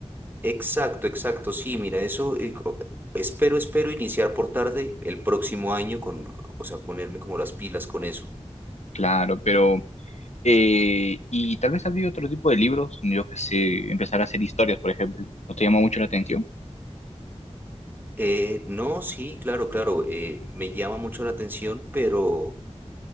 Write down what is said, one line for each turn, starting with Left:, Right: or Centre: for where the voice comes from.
Right: Exacto, exacto, sí, mira, eso eh, co- espero, espero iniciar por tarde el próximo año con, o sea, ponerme como las pilas con eso.
Left: Claro, pero... eh, y tal vez habría otro tipo de libros, yo que sé, empezar a hacer historias, por ejemplo. ¿No te llama mucho la atención?
Right: Eh, no, sí, claro, claro, eh, me llama mucho la atención, pero